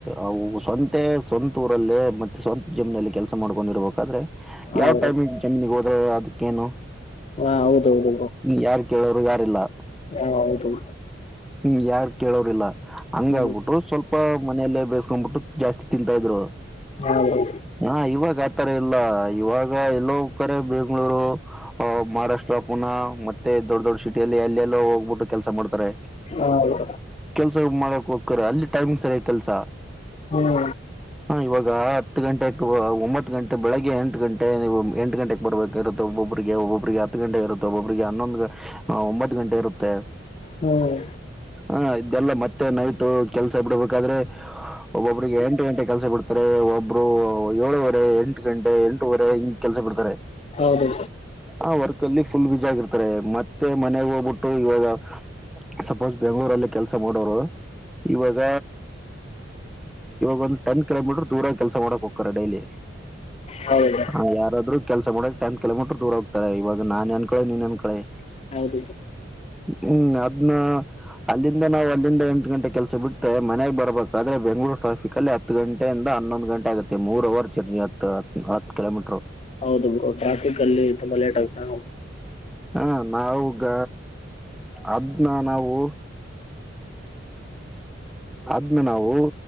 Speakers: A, in the centre; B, on the left.
A: ಅವು ಸ್ವಂತ ಸ್ವಂತ ಊರಲ್ಲೇ ಮತ್ತೆ ಸ್ವಂತ ಜಮ್ನಲ್ಲಿ ಕೆಲಸ ಮಾಡ್ಕೊಂಡಿರ್ಬೇಕು.
B: ಹಾ
A: ಯಾವ್
B: ಬ್ರೋ
A: ಟೈಮ್ ಜಮೀನಿಗೆ ಹೋದ್ರ ಅದಕ್ಕೇನು.
B: ಹಾ ಹೌದ ಹೌದು ಬ್ರೋ.
A: ಯಾರ್ ಕೇಳೋರು ಯಾರೀಲ್ಲ.
B: ಹಾ ಹೌದು.
A: ಹ್ಮ್ ಯಾರ್ ಕೇಳೋರಿಲ್ಲ. ಹಂಗ
B: ಬ್ರೋ
A: ಆಗ್ಬಿಟ್ಟು
B: ಹ್ಮ್
A: ಸ್ವಲ್ಪ ಮನೆಯಲ್ಲೇ ಬೇಸ್ಕೊಬಿಟ್ಟು ಜಾಸ್ತಿ ತಿಂತಾ ಇದ್ರು.
B: ಹಾ ಬ್ರೋ
A: ಹಾ ಇವಾಗ ಆತರ ಇಲ್ಲ ಇವಾಗ ಎಲ್ಲೋ ಕರೆ ಬೆಂಗ್ಗಳೂರು. ಅ ಮಹಾರಾಷ್ಟ್ರ ಪುನಾ ಮತ್ತೆ ದೊಡ್ಡ ದೊಡ್ ಸಿಟಿಯಲ್ಲಿ ಅಲ್ಲೆಲ್ಲೋ ಹೋಗ್ಬಿಟ್ಟು ಕೆಲಸ ಮಾಡ್ತಾರೆ.
B: ಹೌದು.
A: ಕೆಲ್ಸ ಮಾಡಕ್ ಹೋಗ್ತಾರೆ ಅಲ್ಲಿ ಟೈಮಿಂಗ್ ಸರಿಯಾಗಿ ಕೆಲಸ.
B: ಹಾ.
A: ಹಾ ಇವಾಗ ಹತ್ತು ಗಂಟೆೆಗೆ ಒಂಬತ್ತು ಗಂಟೆ ಬೆಳಿಗ್ಗೆ ಎಂಟು ಗಂಟೆ ನೀವು ಎಂಟು ಗಂಟೆಗೆ. ಬರ್ಬೇಕಿರುತ್ತೆ ಒಬ್ಬೊಬರಿಗೆ ಒಬ್ಬೊಬರಿಗೆ ಹತ್ತು ಗಂಟೆ ಇರುತ್ತೆ ಒಬ್ಬೊಬ್ರಿಗೆ ಹನ್ನೊಂದು ಒಂಬತ್ತು ಗಂಟೆ ಇರುತ್ತೆ.
B: ಹ್ಮ್
A: ಹ ಇದೆಲ್ಲ ಮತ್ತೆ ನೈಟ್ ಕೆಲಸ ಬಿಡಬೇಕಾದ್ರೆ ಒಬ್ಬೊಬ್ಬರಿಗೆ ಎಂಟು ಗಂಟೆ ಕೆಲ್ಸ ಬಿಡ್ತ. ಒಬ್ರು ಏಳುವರೆ ಎಂಟು ಗಂಟೆ ಎಂಟವರೆ ಹಿಂಗ ಕೆಲ್ಸ ಬಿಡ್ತಾರೆ.
B: ಹೌದು
A: ಆ ವರ್ಕ್ ಅಲ್ಲಿ ಫುಲ್ ಬೀಜ ಆಗಿರ್ತಾರೆ ಮತ್ತೆ ಮನೆಗೆ ಹೋಗ್ಬಿಟ್ಟು ಇವಾಗ. ಸಪೋಸ್ ಬೆಂಗ್ಗಳೂರಲ್ಲಿ ಕೆಲಸ ಮಾಡೋರು ಇವಾಗ. ಇವಾಗ ಒಂದು ಟೆನ್ ಕಿಲೋಮೀಟರ್ ದೂರ ಕೆಲ ಮಾಡಕ್ ಹ್ತಾರೆ ಡೈಲಿ.
B: ಹೌದು
A: ಹಾ ಯಾರಾದ್ರರು ಕೆಲ್ಸ ಮಾಡೋಕ್ ಟನ್ ಕಿಲೋಮೀಟರ್ ದೂರ ಹೋಗ್ತಾರೆವಾಗ ನಾನ್ ಅನ್ಕಳೆ ನೀನ್ ಹಂಕೊಳ್ಳಿ.
B: ಹೌದು
A: ಹ್ಮ್ ಅದ. ಅಲ್ಲಿಂದ ನಾವು ಅಲ್ಲಿಂದ ಎಂಟು ಗಂಟೆ ಕೆಲಸ ಬಿಟ್ಟೆ ಮನೆಗೆ ಬರ್ಬೇಕಾದ್ರೆ ಬೆಂಗಳೂರು. ಟ್ರಾಫಿಕ್ಲ್ಲಿ ಹತ್ತು ಗಂಟೆಯಿಂದ ಹನ್ನೊಂದು ಗಂಟೆ ಆಗುತ್ತೆ ಮೂರು ಅವರ್ ಜರ್ನಿ ಆತವ್ ಹತ್ತು ಕಿಲೋಮೀಟರು.
B: ಹೌದು ಬ್ರೋ ಟ್ರಾಫಿಕ್ ಅಲ್ಲಿ ತುಂಬಾ ಲೇಟ್ ಆಗ್ತ.
A: ಹ ನಾವುಗ ಅದ್ನ್ನ ನಾವು. ಅದ್ನ್ನ ನಾವು